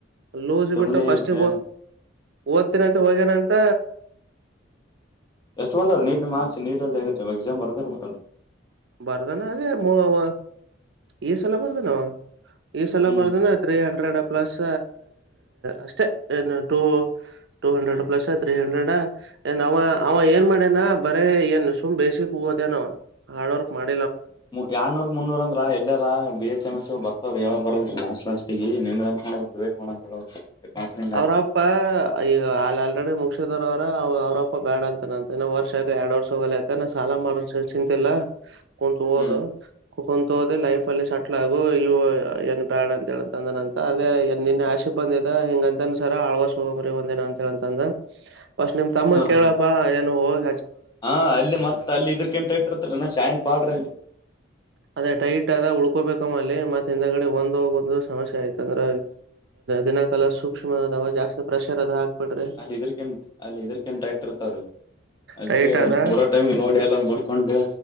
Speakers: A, on the right (about 60°); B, on the left (about 20°).
A: ಲೂಸ್
B: ಸುಮ್ಮ್ನೆ
A: ಬಿಟ್ಟು ಫಸ್ಟಿಗೆ
B: ಈಗ
A: ಓದ್ತೀನಂತ ಹೋಗೇನಂತ.
B: ಎಷ್ಟು ಒಂದ್ರ ನೀಟ್ ಮಾರ್ಕ್ಸ್ ನೀ ಎಕ್ಸಾಮ್ ಬರದ ಇರ್ಬೇಕಲ್.
A: ಬರದಾನ ಅದೇ ಮೂ ವ ಈ ಸಲ ಬರ್ದನ ಈ ಸಲ
B: ಹ್ಮ್
A: ಬರ್ದನ ತ್ರೀ ಹಂಡ್ರೆಡ್ ಪ್ಲಸ್. ಅಷ್ಟೆ ಏನ್ನು್ದೋ. Two hundred plus three hundred ಏನ್ ಅವ ಅವ ಏನ್ ಮಾಡೇನಾ ಬರೇ ಏನ್ ಸುಮ್ ಬೇಸಿಕ್. ದೇನ ಹಾರ್ಡ್ ವರ್ಕ್ ಮಾಡ.
B: ಎರನೂರ್ ಮುನ್ನೂರ ಅಂದ್ರ ಎಲ್ಲಾರ ಬಿ ಎಚ್ ಬರ್ವ್ರರು ಹೇಳಕ್ ಬರಲ್ರಿ ಲಾಸ್ಟ್ ಲಾಸ್ಟಗ ನಿನ್ ಮಾಡ ಡೇಟ್ ಮಾಡ ಅಂತ ಹೇಳ. ಕಾಸ್ಲಿಂಗ್ ಹಾಕಿ
A: ಅವ್ರಪ್ಪ ಈಗ ಅಲ್ಲಿ ಆಲ್ರೆಡಿ ಮುಗಿದ. ಅವ್ರ ಅವ್ರಪ್ಪ ಬೇಡ ಅಂತನಂತೆನ ವರ್ಷ ಯಾಕ ಎರಡ್ ವರ್ಷ ಹೋಗಲ್ಲ ಯಾಕ ನಾ ಸಾಲ ಮಾಡ ಚಿಂತಿಲ್ಲಾ. ಕತ್ು ಓದು.
B: ಹ್ಮ್
A: ಕುಕೊಂಡಂತ ಹೋದಿ ಲೈಫ್ ಅಲ್ಲಿ ಸೆಟ್ಲ್ ಆಗು ಇ ಏನ್ ಬ್ಯಾಡ್ ಅಂತ ಹೇಳಂತಂದನ ಅಂತ ಅದೇ ನಿನ್ನ ಆಶ. ಬಂದದ ಹೆಂಗಂತ. ಸರ ಆಳ್ಗಸ್ ಹೋಗ್ರಿ ಒಂದಏನ ಅಂತ ಅಂತ ಅಂದ ಬಸ್ ನಿಮ್ ತಮ್ಮ
B: ಹ
A: ಕೇಳಪ್ಪಾ
B: ಹಾ
A: ಏನು ಹೋಗ
B: ಹಾ ಅಲ್ಲಿ ಮತ್ತ ಅಲ್ಲಿ ಇದ್ರಕಂತ ಇಟ್ಟಿರ್ತ್ ನ ಸಾಯನ್ ಪಾಡ್ರಿ ಅಲ್ಲಿ.
A: ಅದೇ ಟೈಟ್ ಆದ ಉಳ್ಕೋಬೇಕಮ್ಮಲ್ಲಿ. ಮತ್ತ ಹಿಂದಗಡೆ ಒಂದು ಒಂದು ಸಮಸ್ಯೆ ಆಯ್ತಂದ್ರ ದಿನಕಾಲ ಸೂಕ್ಷ್ಮ. ಇದಾವ ಜಾಸ್ತಿ ಪ್ರೆಷರ್ ಅದ ಹಾಕ್ಬಿಡ್ರಿ
B: ಅಲ್ಲಿ ಇದ್ರಕ ಅಲ್ಲಿ ಇದರ್ಕಂತೈಟ್ ಇರ್ತರು ಅದ್ಕ್ಕೆ
A: ಟೈಟ್ ಅದ
B: ಬುರಾಟೈಮಗೆ ನೋಡಿ ಎಲ್ಲ ನೋಡ್ಕೊಂಡು